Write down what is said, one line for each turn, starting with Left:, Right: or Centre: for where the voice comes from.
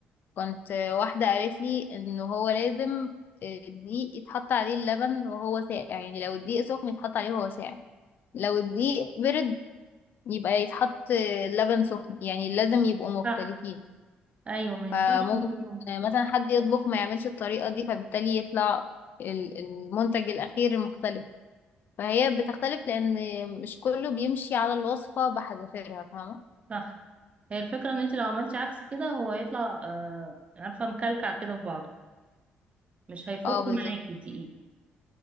Left: كنت آه، واحدة قالت لي ان هو لازم آه، الدقيق يتحط عليه اللبن وهو ساقع يعني لو الدقيق سخن يتحط عليه وهو ساقع لو الدقيق برد يبقى يتحط آه، لبن سخن يعني لازم يبقوا مختلفين
Right: صح أيوة ما ينفعش
Left: فممكن
Right: يكونوا
Left: آه، مثلا حد يطبخ ما يعملش الطريقة دي فبالتالي يطلع ال- المنتج الأخير مختلف فهي بتختلف لان مش كله بيمشي على الوصفة بحذافيرها فاهمة
Right: صح هي الفكرة إن أنت لو عملتي عكس كده هو هيطلع آه عارفة مكلكع كده في بعضه مش هيفك
Left: اه بالظبط
Right: معاكي دقيقة